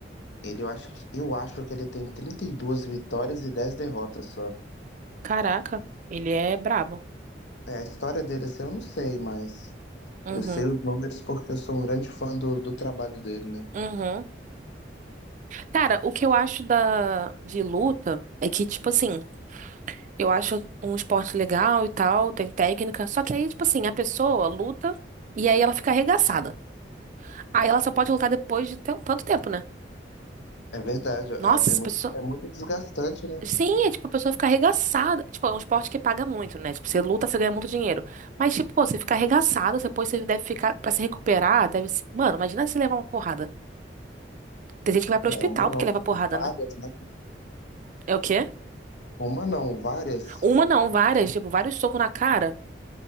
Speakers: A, on the left (about 70°); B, on the right (about 45°).
A: Ele, eu acho que, eu acho que ele tem 32 vitórias e 10 derrotas só.
B: Caraca, ele é brabo.
A: É, a história dele, assim, eu não sei, mas
B: Uhum.
A: eu sei os números porque eu sou um grande fã do, do trabalho dele, né?
B: Uhum. Cara, o que eu acho da de luta é que, tipo assim, eu acho um esporte legal e tal, tem técnica, só que aí, tipo assim, a pessoa luta e aí ela fica arregaçada. Aí ela só pode lutar depois de tan- tanto tempo, né?
A: É verdade, é,
B: Nossa,
A: é muito,
B: a pessoa.
A: é muito desgastante, né?
B: Sim, é tipo, a pessoa fica arregaçada. Tipo, é um esporte que paga muito, né? Tipo, você luta, você ganha muito dinheiro. Mas, tipo, pô, você fica arregaçado, depois você deve ficar, pra se recuperar, deve se... Mano, imagina se levar uma porrada. Tem gente que vai pro
A: É,
B: hospital
A: uma não,
B: porque leva porrada,
A: várias,
B: né?
A: né?
B: É o quê?
A: Uma não, várias,
B: Uma não, várias, tipo, vários socos na cara.